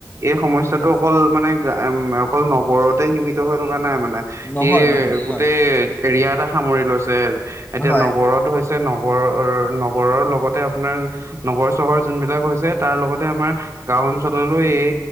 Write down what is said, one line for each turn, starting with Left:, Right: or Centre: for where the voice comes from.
Right: এই সমস্যাটো
Left: উম
Right: অকল মানে, এম অকল নগৰতে সীমিত হৈ থকা নাই মানে
Left: নহয়
Right: ই
Left: নহয়
Right: গোটেই
Left: হয়
Right: এৰিয়া এটা সামৰি লৈছে এতিয়া
Left: হয়
Right: নগৰতো হৈছে নগৰ নগৰৰ লগতে আপোনাৰ নগৰ চহৰ যোনবিলাক হৈছে তাৰ লগতে আমাৰ গাঁৱ অঞ্চললো এই